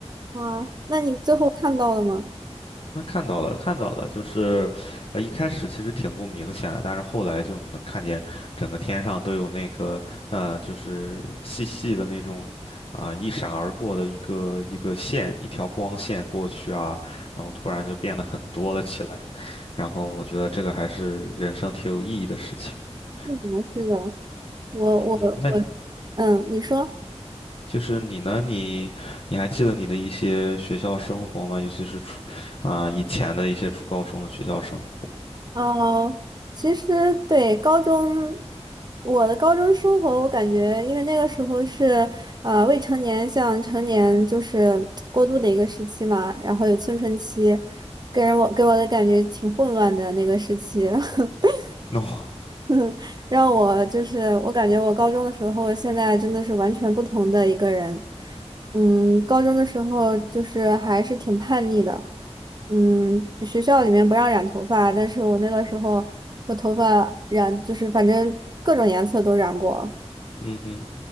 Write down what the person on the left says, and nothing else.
那看到了，看到了，就是，呃，一开始其实挺不明显的，但是后来就你能看见整个天上都有那个，呃，就是细细的那种，啊、一闪而过的一个一个线，一条光线过去啊，然后突然就变得很多了起来，然后我觉得这个还是人生挺有意义的事情。
嗯
嗯哼，那
就是你呢？你你还记得你的一些学校生活吗？尤其是初啊、以前的一些初高中的学校生活。
<laughs> 哦，
嗯哼。